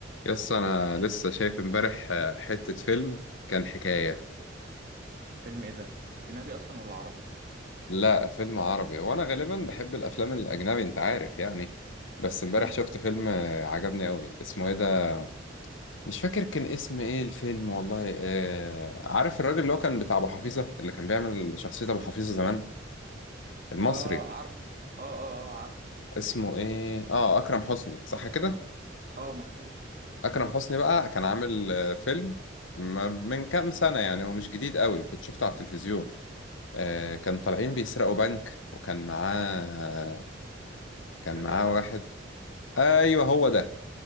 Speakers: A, on the left; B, on the right.
A: يس انا لسه شايف امبارح آه، حتة فيلم كان حكاية
B: فيلم ايه ده اجنبي اصلا ولا عربي
A: لا فيلم عربي وانا غالبا بحب الافلام الاجنبي انت عارف يعني بس امبارح
B: امم
A: شفت فيلم آه، عجبني قوي اسمه ايه ده مش فاكر كان اسم ايه الفيلم والله آه عارف الراجل اللي هو كان بتاع ابو حفيظة اللي كان بيعمل شخصية ابو حفيظة زمان المصري
B: اه عارفه اه اه اه عارفه
A: اسمه ايه اه اكرم حسني صح كده
B: اه مظبوط
A: اكرم حسني بقى كان عامل آه، فيلم ما- من كام سنة يعني ومش جديد قوي كنت شفته على التلفزيون آه، كان طالعين بيسرقوا بنك وكان معاه كان
B: بنك
A: معاه
B: الحظ
A: واحد ايوه هو ده